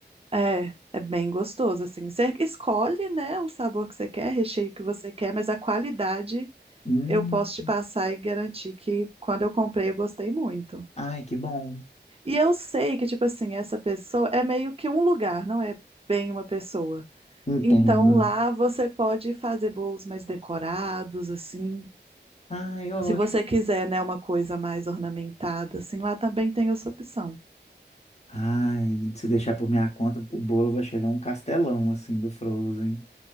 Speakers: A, on the right; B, on the left.
A: é, é bem gostoso assim. Você escolhe, né, o sabor que você quer, recheio que você quer, mas a qualidade
B: Hum.
A: eu posso te passar e garantir que quando eu comprei eu gostei muito.
B: Ai, que bom.
A: E eu sei que, tipo assim, essa pessoa é meio que um lugar, não é bem uma pessoa.
B: Entendo.
A: Então lá você pode fazer bolos mais decorados, assim.
B: Ai, ótimo.
A: Se você quiser, né, uma coisa mais ornamentada, assim, lá também tem essa opção.
B: Ai, se deixar por minha conta, o bolo vai chegar um castelão, assim, do Frozen.